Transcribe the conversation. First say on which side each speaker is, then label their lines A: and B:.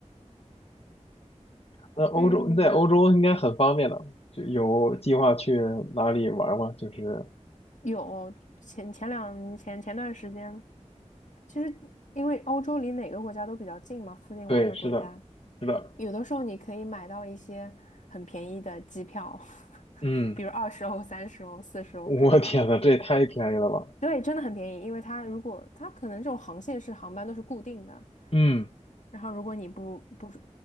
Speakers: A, on the left; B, on the left.
A: 那欧洲，
B: 嗯，
A: 你在欧洲应该很方便的，就有计划去哪里玩吗？就是，
B: 有前前两前前段时间，其实因为欧洲离哪个国家都比较近嘛，附近玩的国家，
A: 对，是的，是的，
B: 有的时候你可以买到一些很便宜的机票，<laughs>
A: 嗯，
B: 比如二十欧、三十欧、四十欧这种。
A: <laughs> 我天呐，这也太便宜了吧！
B: 对，真的很便宜，因为它如果它可能这种航线是航班都是固定的，
A: 嗯
B: 然后如果你不不是